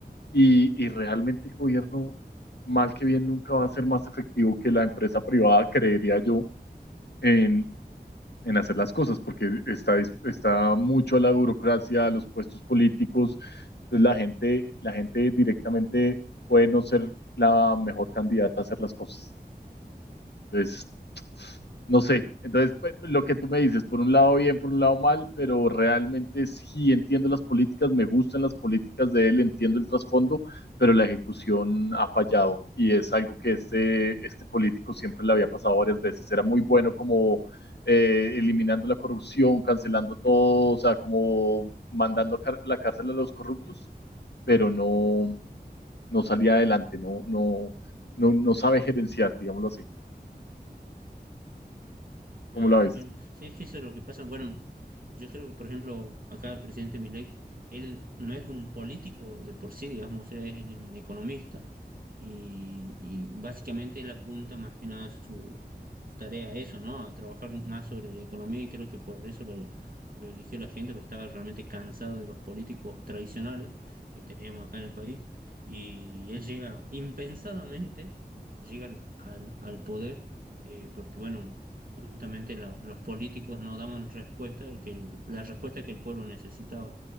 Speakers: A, on the left; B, on the right.
A: y, y realmente el gobierno, mal que bien, nunca va a ser más efectivo que la empresa privada, creería yo, en, en hacer las cosas, porque está, dis- está mucho a la burocracia, a los puestos políticos, entonces la gente, la gente directamente puede no ser la mejor candidata a hacer las cosas. Entonces, no sé, entonces pues, lo que tú me dices, por un lado bien, por un lado mal, pero realmente sí entiendo las políticas, me gustan las políticas de él, entiendo el trasfondo, pero la ejecución ha fallado y es algo que este, este político siempre le había pasado varias veces. Era muy bueno como eh, eliminando la corrupción, cancelando todo, o sea, como mandando a car- la cárcel a los corruptos, pero no, no salía adelante, no, no, no, no sabe gerenciar, digámoslo así.
B: Claro,
A: ¿Cómo la ves?
B: claro. Sí, es que eso es lo que pasa. Bueno, yo creo que, por ejemplo, acá el presidente Milei, él no es un político de por sí, digamos, o sea, es un economista y, y básicamente él apunta más que nada su, su tarea a eso, ¿no? A trabajar más sobre la economía y creo que por eso lo, lo eligió la gente, porque estaba realmente cansado de los políticos tradicionales que tenemos acá en el país y él llega impensadamente, llega al, al al poder eh, porque bueno, justamente la- los políticos no daban respuesta, que el- la respuesta que el pueblo necesitaba.